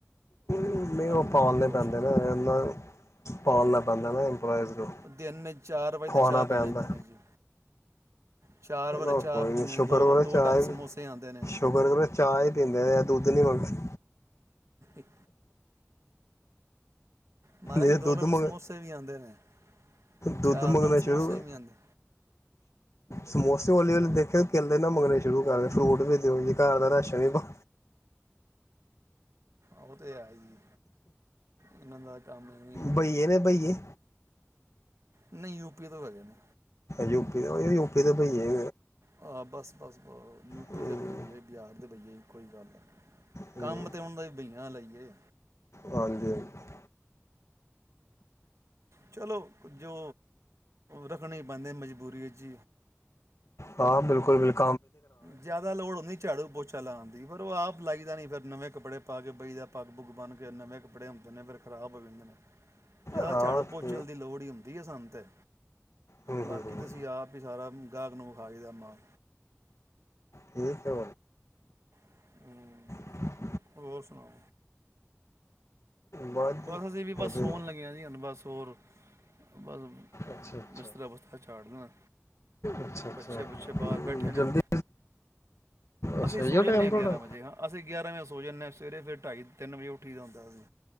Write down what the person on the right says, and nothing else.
ਕੰਮ
ਕਰਕੇ ਖੁਸ਼
ਹੀ ਨਹੀਂ
ਹਾਂ
ਦਿਨ ਚਾਰ ਵਜੇ
ਤਾਂ ਚਾਹ ਪੀ
ਜਾਂਦੇ ਨੇ ਜੀ ਚਾਰ
ਵਾਰ ਚਾਹ
ਪੀਂਦੇ
ਨੇ ਦੋ
ਦੋ
ਟਾਈਮ
ਸਮੋਸੇ ਆਉਂਦੇ ਨੇ
ਇੱਕ ਮਹਾਰਾਜ
ਦੋ
ਟਾਈਮ
ਸਮੋਸੇ ਵੀ ਆਉਂਦੇ ਨੇ। ਚਾਹ
ਨਾਲ
ਸਮੋਸੇ
ਵੀ ਆਉਂਦੇ
ਉਹ ਤੇ ਹੈ ਈ ਏ। ਇਹਨਾਂ ਦਾ ਕੰਮ ਆਵੇ ਹੀ
ਏ।
ਨਹੀਂ ਯੂਪੀ ਤੋਂ ਹੈਗੇ ਨੇ।
ਹਾਂ ਬਸ ਬਸ ਔ ਯੂਪੀ
ਦੇ ਭਈਏ ਬਿਹਾਰ ਦੇ ਇਹੀ ਕੋਈ ਗੱਲ ਨਹੀਂ
ਕੰਮ ਤੇ ਹੁਣ ਬਈ ਲਈਏ
ਚਲੋ ਜੋ ਰੱਖਣੇ ਪਉਦੇ ਮਜਬੂਰੀ ਵਿੱਚ
ਜਿਆਦਾ ਲੋੜ ਹੁੰਦੀ ਝਾੜੂ ਪੋਚਾ ਲਾਉਣ ਦੀ ਪਰ ਆਪ ਲਾਈਦਾ ਨੀ ਫਿਰ ਨਵੇਂ ਕੱਪੜੇ ਪਾ ਕੇ ਬਈ ਦਾ ਪੱਗ ਬੁੱਗ ਬਣਨ ਕੇ ਨਵੇਂ ਕੱਪੜੇ ਹੁੰਦੇ ਨੇ ਫਿਰ ਖਰਾਬ ਹੋ ਜਾਂਦੇ ਨੇ ਜਿਆਦਾ
ਝਾੜੂ ਪੋਚਲ
ਦੀ ਲੋੜ ਹੀ ਹੁੰਦੀ ਆ ਸਾਨੂੰ ਤੇ
ਬਾਕੀ
ਤੁਸੀਂ ਆਪ ਹੀ ਸਾਰਾ ਗਾਹਕ ਨੂੰ <unintelligible> ਮਾਲ
ਹੂੰ
ਹੋਰ ਸੁਣਾਓ
ਬਸ ਅਸੀਂ ਵੀ
ਬਸ ਸੋਣ ਲੱਗਿਆ ਜੀ ਹੂਨ ਬਸ ਹੋਰ ਬਸ
ਬਿਸਤਰਾ੍ ਬਤਾ ਝਾੜਨਾ
ਬਛੇ
ਬਛੇ ਬਾਹਰ
ਬੈਠੇ ਨੇ
ਅਸੀਂ ਸੋ
ਜਾਂਦੇ
ਹਾਂ
ਗਿਆਰਾਂ ਵਜੇ ਹਾਂ ਅਸੀਂ ਗਿਆਰਾਂ ਵਜੇ ਸੋ ਜਾਂਦੇ ਹਾਂ ਸਵੇਰੇ ਫਿਰ ਢਾਈ ਤਿੰਨ ਵਜੇ ਉੱਠੀ ਦਾ ਹੁੰਦਾ ਸੀ